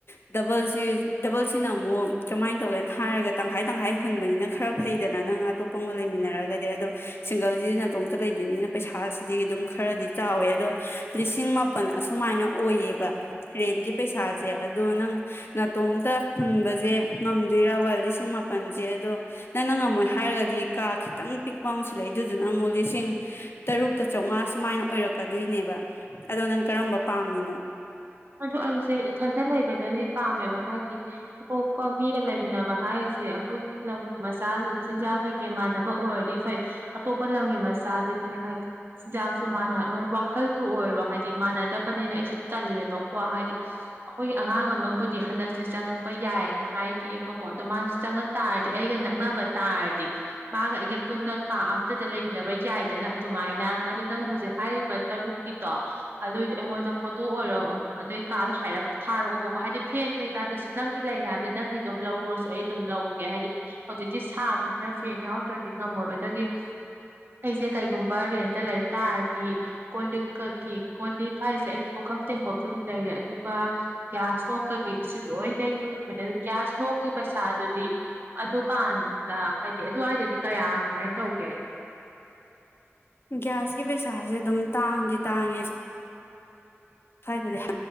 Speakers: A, on the left (about 55°); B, on the right (about 50°).
A: ꯗꯕꯜꯁꯤ ꯗꯕꯜꯁꯤꯅ ꯑꯃꯨꯛ ꯀꯃꯥꯏꯅ ꯇꯧꯒꯦꯅ ꯍꯥꯏꯔꯒ ꯇꯪꯈꯥꯏ ꯇꯪꯈꯥꯏ ꯍꯨꯟꯕꯅꯤꯅ ꯈꯔ ꯐꯩꯗꯅ ꯅꯪ ꯑꯇꯣꯞꯄ ꯑꯃꯒ ꯂꯩꯃꯤꯟꯅꯔꯒꯗꯤ ꯑꯗꯣ ꯁꯤꯡꯒꯜꯁꯤꯗꯤ ꯅꯥꯇꯣꯝꯇ ꯂꯩꯗꯣꯏꯅꯤꯅ ꯄꯩꯁꯥꯁꯤꯗꯤ ꯑꯗꯨꯝ ꯈꯔꯗꯤ ꯆꯥꯎꯋꯦ ꯑꯗꯣ ꯂꯤꯁꯤꯡ ꯃꯥꯄꯜ ꯑꯁꯨꯃꯥꯏꯅ ꯑꯣꯏꯌꯦꯕ ꯔꯦꯟꯒꯤ ꯄꯩꯁꯥꯁꯦ ꯑꯗꯣ ꯅꯪ ꯅꯥꯇꯣꯝꯇ ꯍꯨꯟꯕꯁꯦ ꯉꯝꯗꯣꯏꯔꯕ ꯂꯤꯁꯤꯡ ꯃꯥꯄꯜꯁꯦ ꯑꯗꯣ ꯅꯪꯅ ꯉꯝꯃꯣꯏ ꯍꯥꯏꯔꯒꯗꯤ ꯀꯥ ꯈꯤꯇꯪ ꯄꯤꯛꯄ ꯑꯃꯁꯨ ꯂꯩꯗꯨꯗꯨꯅ ꯑꯃꯨꯛ ꯂꯤꯁꯤꯡ ꯇꯔꯨꯛꯀ ꯆꯥꯝꯃꯉꯥ ꯁꯨꯃꯥꯏꯅ ꯑꯣꯏꯔꯛꯀꯗꯣꯏꯅꯦꯕ ꯑꯗꯣ ꯅꯪ ꯀꯔꯝꯕ ꯄꯥꯝꯃꯤꯅꯣ
B: ꯑꯗ ꯑꯩꯁꯦ ꯏꯊꯟꯗ ꯂꯩꯕꯅꯗꯤ ꯄꯥꯝꯃꯦꯕ ꯍꯥꯏꯦ ꯃꯤꯒ ꯂꯩꯃꯤꯟꯅꯕ ꯍꯥꯏꯔꯤꯁꯦ ꯑꯩꯈꯣꯏꯒꯤ ꯂꯝꯒꯤ ꯃꯆꯥ ꯆꯤꯟꯖꯥꯛ ꯀꯩ ꯀꯩ ꯃꯥꯟꯅꯕ ꯑꯣꯏꯔꯗꯤ ꯐꯩ ꯑꯇꯣꯞꯄ ꯂꯝꯒꯤ ꯃꯆꯥꯗꯨꯗꯤ ꯍꯥꯏꯗꯤ ꯆꯤꯟꯖꯥꯛꯁꯨ ꯃꯥꯟꯅ ꯂꯣꯏ ꯃꯈꯜꯕꯨ ꯑꯣꯏꯔꯣ ꯍꯥꯏꯗꯤ ꯃꯥꯅꯗ ꯂꯄꯅꯤꯅ ꯑꯩꯁꯨ ꯇꯜꯂꯦꯕꯀ ꯀꯣ ꯍꯥꯏꯗꯤ ꯑꯩꯈꯣꯏ ꯑꯉꯥꯡ ꯑꯃꯕꯨꯗꯤ ꯍꯟꯗꯛ ꯁꯤ ꯆꯪꯉꯛꯄ ꯌꯥꯏꯑꯅ ꯍꯥꯏ ꯀꯣ ꯑꯣ ꯑꯗ ꯃꯥꯁꯤ ꯆꯪꯉꯛ ꯇꯥꯔꯗꯤ ꯑꯩꯒ ꯅꯛꯅꯕ ꯇꯥꯔꯗꯤ ꯃꯥꯒ ꯑꯩꯒ ꯄꯨꯟꯅ ꯀꯥ ꯑꯝꯇꯗ ꯂꯩꯃꯤꯟꯅꯕ ꯌꯥꯏꯗꯅ ꯑꯗꯨꯃꯥꯏꯅ ꯑꯗꯨ ꯅꯪ ꯍꯧꯖꯤꯛ ꯍꯥꯏꯔꯤꯕ ꯇꯔꯨꯛꯀꯤꯗꯣ ꯑꯗꯨꯏꯗꯣ ꯑꯩꯉꯣꯟꯗ ꯐꯣꯇꯣ ꯑꯣꯏꯔꯛ ꯑꯣ ꯑꯗꯨꯩ ꯀꯀꯥꯗꯣ ꯍꯥꯏꯔꯞ ꯊꯥꯔꯛꯑꯣꯕꯀꯣ ꯍꯥꯏꯗꯤ ꯐꯦꯟ ꯀꯩꯀꯥꯗꯨꯁꯨ ꯅꯪꯒꯤ ꯂꯩ ꯍꯥꯏꯕꯗꯤ ꯅꯪꯒꯤ ꯑꯗꯣ ꯍꯜꯂꯧꯔꯁꯨ ꯑꯩ ꯑꯗꯨꯝ ꯂꯧ ꯍꯥꯏꯗꯤ ꯍꯧꯖꯤꯛꯇꯤ ꯁꯥꯕꯅꯤꯅ ꯐꯦꯟ ꯌꯥꯎꯗ꯭ꯔꯗꯤ ꯉꯝꯃꯣꯏꯕ ꯑꯗꯒꯤ ꯑꯩꯁꯦ ꯀꯩꯒꯨꯝꯕ ꯔꯦꯟꯇ ꯂꯩ ꯇꯥꯔꯗꯤ ꯀꯣꯜ ꯂꯤꯛꯀꯒꯤ ꯀꯣꯜ ꯂꯤꯛ ꯍꯥꯏꯁꯦ ꯑꯩꯒꯤ ꯄꯨꯈꯝ ꯇꯦꯡꯀꯣꯛꯄ ꯕꯨꯗꯤ ꯂꯩꯔꯦ ꯑꯗꯨꯒ ꯒ꯭ꯌꯥꯁꯇꯣꯡ ꯀꯩꯀꯩꯗꯁꯨ ꯂꯣꯏ ꯂꯩꯗꯣꯔꯤꯕꯅꯤ ꯑꯗꯨ ꯀ꯭ꯌꯥꯁ ꯅꯣꯡꯒꯤ ꯄꯩꯁꯥꯗꯨꯗꯤ ꯑꯗꯨꯀꯥꯟꯗ ꯍꯥꯏꯗꯤ ꯑꯗꯨꯋꯥꯏꯗꯗꯤ ꯀꯌꯥ ꯀꯃꯥꯏꯅ ꯇꯧꯒꯦ
A: ꯒꯌꯥꯁꯀꯤ ꯄꯩꯁꯥꯁꯦ ꯑꯗꯨꯝ ꯇꯥꯡꯗꯤ ꯇꯥꯡꯉꯦ ꯁ꯭ꯋꯥꯏꯗꯗꯤ